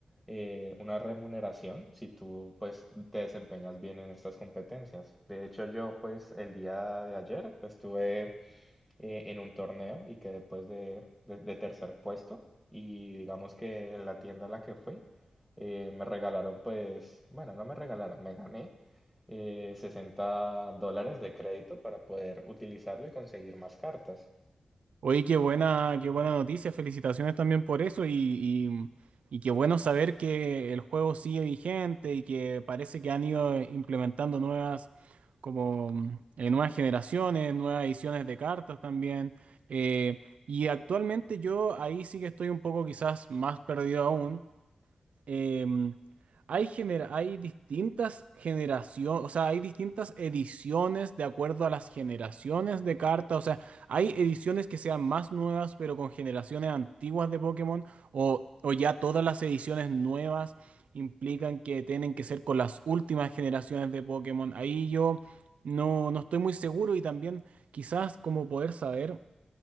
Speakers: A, in the centre; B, on the right.
A: eh, una remuneración si tú pues te desempeñas bien en estas competencias. De hecho yo pues el día de ayer estuve eh, en un torneo y quedé pues de, de- de tercer puesto y digamos que en la tienda a la que fui eh, me regalaron pues, bueno, no me regalaron, me gané eh, 60 dólares de crédito para poder utilizarlo y conseguir más cartas.
B: Oye, qué buena, qué buena noticia. Felicitaciones también por eso y, y- y qué bueno saber que el juego sigue vigente y que parece que han ido implementando nuevas, como mm, eh, nuevas generaciones, nuevas ediciones de cartas también. Eh, y actualmente yo ahí sí que estoy un poco quizás más perdido aún, em, hay, gener- hay distintas generaciones, o sea, hay distintas ediciones de acuerdo a las generaciones de cartas. O sea, hay ediciones que sean más nuevas, pero con generaciones antiguas de Pokémon, o, o ya todas las ediciones nuevas implican que tienen que ser con las últimas generaciones de Pokémon. Ahí yo no, no estoy muy seguro y también quizás como poder saber